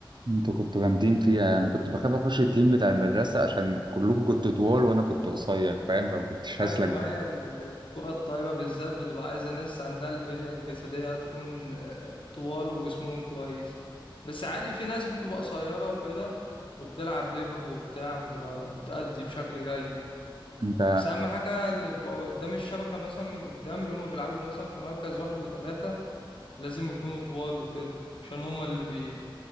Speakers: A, on the right; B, on the left.
A: انتوا كنتوا جامدين فيها انا كنت بخاف اخش التيم بتاع المدرسة عشان كلكم كنتوا طوال وانا كنت قصير فاهم فما كنتش
B: ايوه
A: هسلك بيه
B: ما هي ال- ال- الكرة الطايرة بالذات بتبقى عايزة ناس عندها البنية الجسدية تكون آه، طوال وجسمهم كويس بس عادي في ناس بتبقى قصيرة وكده وبتلعب ليبر وبتاع بتبقى بتأدي بشكل جيد
A: انت
B: بس أهم حاجة اللي بيبقوا قدام الشبكة مثلا من قدام اللي هم بيلعبوا مثلا في مركز واحد وتلاتة لازم يكونوا طوال وكده عشان هما اللي بي